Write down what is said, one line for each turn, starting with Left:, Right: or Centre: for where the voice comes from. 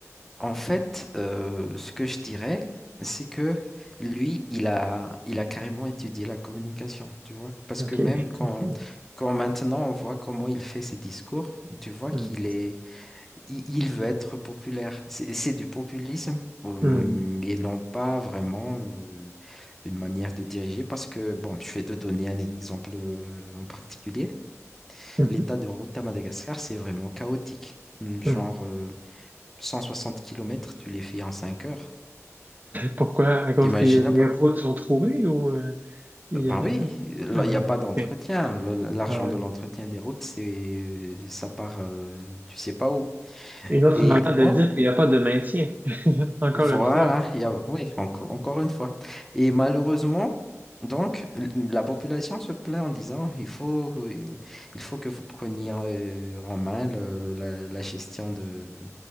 Centre: En fait, euh, ce que je dirais, c'est que lui, il a, il a carrément étudié la communication, tu vois. Parce
Right: OK.
Centre: que même quand,
Right: <laughs>
Centre: quand maintenant on voit comment il fait ses discours, tu vois
Right: Hmm.
Centre: qu'il est, il, il veut être populaire. C'est c'est du populisme euh,
Right: Hmm.
Centre: et non pas vraiment euh, une manière de diriger parce que, bon, je vais te donner un exemple euh, en particulier.
Right: Hmm.
Centre: L'état de route à Madagascar, c'est vraiment chaotique. Hum,
Right: Hmm.
Centre: Genre euh, 160 kilomètres, tu les fais en 5 heures.
Right: Pourquoi? À cause
Centre: T'imagines
Right: que les
Centre: un peu?
Right: routes sont trouées ou euh, il y
Centre: Ben
Right: a
Centre: oui, là,
Right: ah,
Centre: il n'y a pas d'entretien.
Right: ok.
Centre: Le- L'argent
Right: Ah, ouais.
Centre: de l'entretien des routes, c'est ça part, euh, tu sais pas où.
Right: une autre
Centre: Et
Right: manière
Centre: donc,
Right: de dire qu'il n'y a pas de maintien, <laughs> encore
Centre: Voilà,
Right: une fois.
Centre: il y a, oui, enco- encore une fois. Et malheureusement, donc, l- la population se plaint en disant, il faut, que- il faut que vous preniez euh, en main le- la, la gestion de,